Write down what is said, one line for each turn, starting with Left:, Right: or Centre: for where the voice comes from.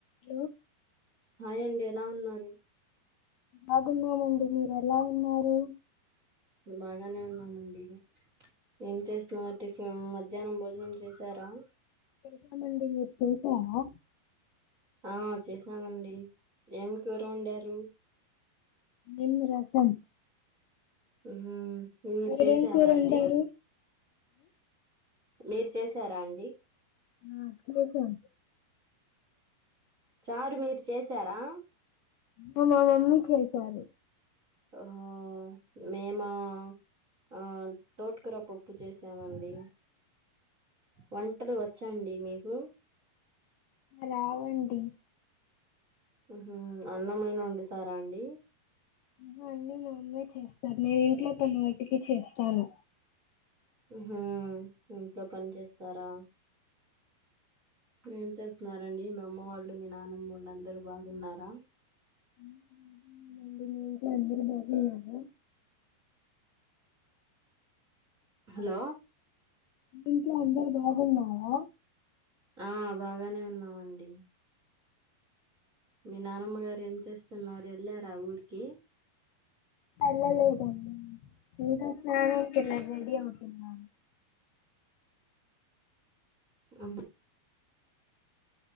Left: hello
Right: hi అండి ఎలా ఉన్నారు
Left: బాగున్నామండి మీరు ఎలా ఉన్నారు
Right: మే బాగానే ఉన్నామండి ఏం చేస్తున్నార్ టిఫిన్ మధ్యాహ్నం భోజనం చేసారా
Left: చేసామండి మీరు చేసారా
Right: ఆ చేసామండి ఏం కూర వండారు
Left: నేను రసం
Right: ఉహు మీరు
Left: మీరేం
Right: చేసారా
Left: కూర
Right: అండి
Left: వండారు
Right: మీరు చేసారా అండి
Left: ఆ చేసాం
Right: చారు మీరు చేసారా
Left: మ మా మమ్మీ చేశారు
Right: ఒహొ మేమా ఆ తోటకుర పప్పు చేసామండి వంటలు వచ్చండి మీకు
Left: రావండి
Right: ఉహు అన్నమైన వండుతారా అండి
Left: అహ అన్ని మామ్మే చేస్తారు నేను ఇంట్లో పని మటికి చేస్తాను
Right: ఉహు ఇంట్లో పని చేస్తారా ఏం చేస్తున్నారండి మీ అమ్మ వాళ్ళు మీ నాన్నమొళ్ళు అందరు బాగున్నారా
Left: అందరు బాగున్నారండి మీ ఇంట్లో అందరు బాగున్నారా
Right: హలో
Left: మీ ఇంట్లో అందరు బాగున్నారా
Right: ఆ బాగానే ఉన్నామండి మీ నానమ్మ గారు ఏం చేస్తున్నారు ఎళ్ళార ఊరికి
Left: ఎళ్లలేదండి ఇంకా స్నానంకెళ్లారు రెడీ అవు తున్నారు
Right: ఆహా